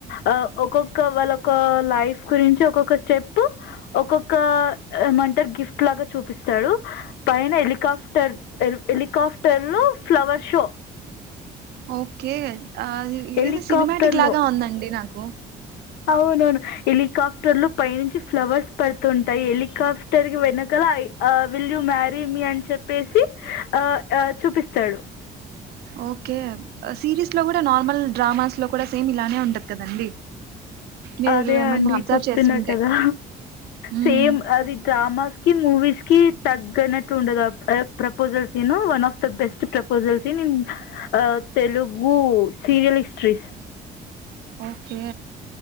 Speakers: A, on the left; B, on the right.
A: ఆ ఒక్కొక్క వాళ్ళొక లైఫ్ గురించి ఒక్కొక్క స్టెప్ ఒక్కొక్క ఏమంటారు గిఫ్ట్ లాగా చూపిస్తాడు. పైన హెలికాప్టర్ హెలికాప్టర్ లో. ఫ్లవర్ షో
B: ఓకే ఆ ఇదితే
A: హెలికాప్టర్‌లో.
B: సినిమాటిక్ లాగా ఉందండి నాకు
A: అవునవును హలిికాప్టర్లు పై నుంచి ఫ్లవర్స్ ప ంటాయి హెలికాప్టర్ కి వెనుకలఐ విల్ ూ మ్యారీ మీ అని చెప్పేసి ఆ చూపిస్తాడు
B: ఓకే సిరీస్ లో కూడా నార్మల్ డ్రామాస్ లో కూడా సేమ్ ఇలానే ఉంటది కదండి. మీరు
A: అదే
B: ఏమన్నా
A: అండి
B: అబ్జర్వ్
A: చెప్తున్నా
B: చేసి ఉంటే
A: కదా
B: మ్మ్
A: సేమ్ అది డ్రామాస్ కి మూవీస్ కి తగ్గనట్టు ఉండదు ప్రపోజల్స్ను one of the best proposals in in Telugu serial histories
B: okay